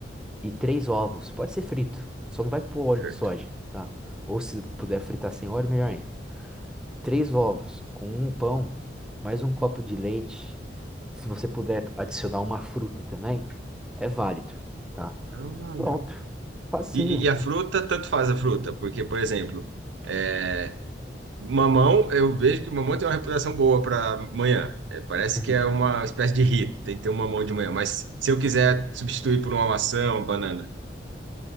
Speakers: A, in the centre; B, on the right.
A: e três ovos. Pode ser frito, só não vai pôr óleo
B: certo.
A: de soja, tá? Ou se puder fritar sem óleo, melhor ainda. Três ovos com um pão, mais um copo de leite. Se você puder adicionar uma fruta também, é válido, tá?
B: Ah.
A: Pronto, facinho.
B: E, e- e a fruta, tanto faz a fruta, porque, por exemplo, é, Mamão, eu vejo que o mamão tem uma reputação boa para manhã. É, parece
A: Uhum.
B: que é uma espécie de hit, tem que ter um mamão de manhã. Mas se eu quiser substituir por uma maçã, uma banana,